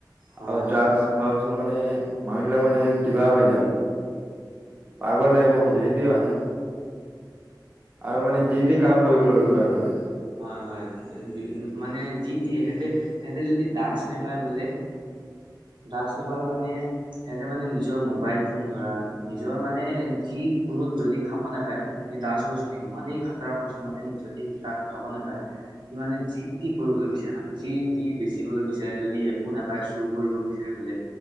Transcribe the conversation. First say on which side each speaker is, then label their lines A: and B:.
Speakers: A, on the right; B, on the right.
A: হয়
B: আৰু ড্ৰাগছ
A: হয় হয়
B: খোৱাৰ পিছত মানে, মানুহ বিলাক মানে, কিবা হৈ যায়, মানে। পাগল টাইপৰ হৈ যায়, সেইটোৱে মানে। আৰু
A: হয়
B: মানে, যি টি কাম কৰিবলৈ লয়, মানে।
A: হয়, হয়! মানে, যি টি। সিহঁতে, সিহঁতে যদি ডাগছ নাপায়, বোলে ড্ৰাগছ নাপালে মানে,
B: উম,
A: সিহঁতে মানে, নিজৰ মোবাইল ফোন ধৰা, নিজৰ মানে, যি কোনো যদি খাব নোপায়, সেই ড্ৰাগছ বস্তু, ইমানেই খাতৰা বস্তু! মানে, যদি ড্ৰাগছ খাব নাপায়।
B: এইটো
A: মানে, যি টি কৰিবলৈ বিচাৰে, মানে। যি টি বেচিবলৈ বিচাৰে, যদি একো নাপায়, চুৰ কৰিব বিচাৰে বোলে।